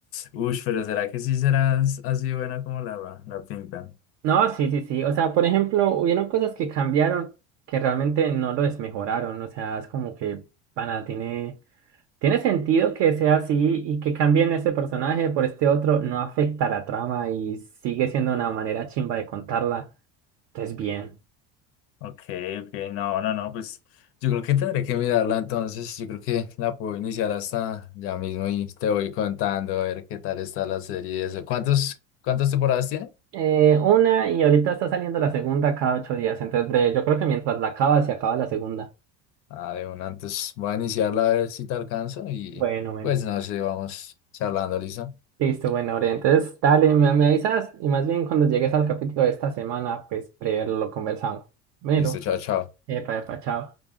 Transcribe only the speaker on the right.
No, sí, sí, sí. O sea, por ejemplo, hubieron cosas que cambiaron que realmente no lo desmejoraron. O sea, es como que, pana, tiene, tiene sentido que sea así y que cambien ese personaje por este otro no afecta la trama y sigue siendo una manera chimba de contarla. Entonces, bien.
Eh, una y ahorita está saliendo la segunda cada ocho días. Entonces, breve, yo creo que mientras la acaba, se acaba la segunda.
Bueno, bueno.
Listo, bueno, Ore, entonces dale, me, me avisas y más bien cuando llegues al capítulo de esta semana, pues primero lo conversamos. Bueno,
epa, epa, chao.